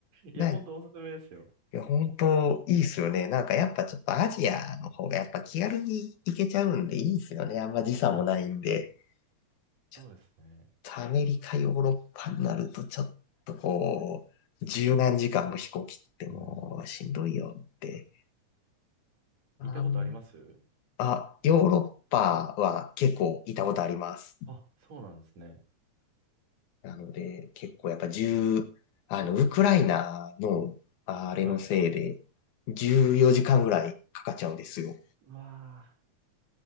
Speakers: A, on the right; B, on the left.
A: いや、
B: な。
A: ほんとおすすめですよ。
B: いや、本当いいっすよね。なんかやっぱちょっとアジアの方がやっぱ気軽に行けちゃうんでいいっすよね。あんま時差もないんで。
A: うん。
B: ちょっ
A: そうですね。
B: とアメリカ、ヨーロッパになると、ちょっとこう、十何時間の飛行機ってもうしんどいよって。
A: うん。
B: あん、
A: 行ったことあります
B: あ、ヨーロッパは結構いたことあります。
A: あ、そうなんですね。
B: なので、結構やっぱ10、あの、ウクライナのあれのせいで、
A: はい。
B: 14時間ぐらいかかっちゃうんですよ。
A: ああ、なるほど。うわあ、